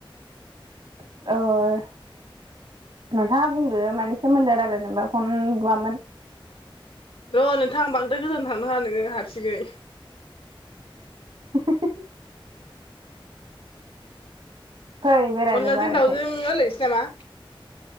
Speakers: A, on the right; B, on the left.
A: अओ नोंथाङा बुंदो मानि सोमोन्दो रायलायनोबा फन बुआमोन
B: र' नोंथां बांद्राय गोजान थांनाङा नोङो हारसिङै।
A: <unintelligible> फै बेरायनोबा
B: अनलाजों
A: ओरैखाय
B: दाउजों रायलायनोसै नामा।